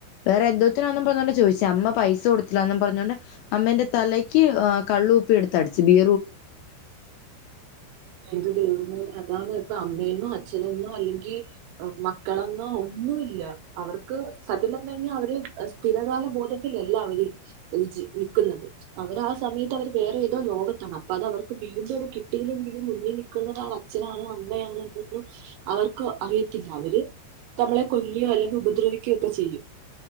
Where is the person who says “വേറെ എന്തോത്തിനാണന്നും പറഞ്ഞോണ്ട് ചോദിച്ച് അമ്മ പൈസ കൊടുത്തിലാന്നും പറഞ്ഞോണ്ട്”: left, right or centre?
Left